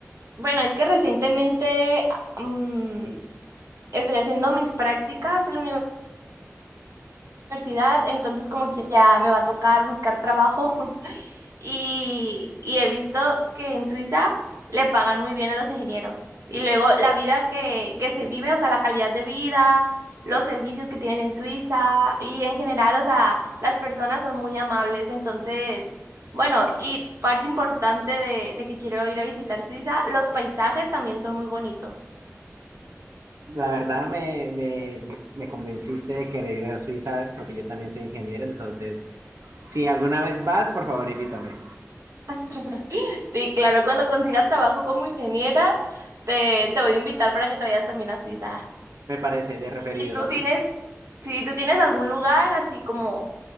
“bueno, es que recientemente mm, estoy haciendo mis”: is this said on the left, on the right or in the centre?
Right